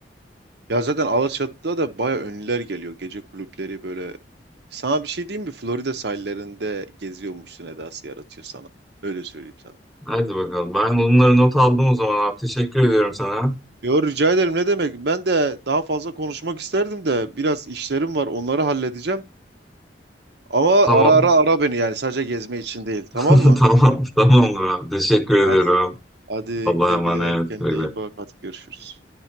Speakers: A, on the right; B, in the centre.
A: Ya zaten Alaçatı'da da baya ünlüler geliyor. Gece kulüpleri böyle. Sana bir şey diyeyim mi? Florida sahillerinde geziyormuşsun edası yaratıyor sana. Öyle söyleyeyim sana.
B: Hadi bakalım. Ben bunları not aldım o zaman abi. Teşekkür ediyorum sana.
A: Yo rica ederim ne demek. Ben de daha fazla konuşmak isterdim de biraz işlerim var onları halledeceğim. Ama
B: Tamam.
A: ara ara ara beni yani sadece gezme için değil tamam
B: <laughs>
A: mı?
B: Tamam, tamamdır abi. Teşekkür ediyorum.
A: Hadi, hadi
B: Allah'a
A: güle
B: emanet.
A: güle kendine
B: Güle güle.
A: iyi bak hadi görüşürüz.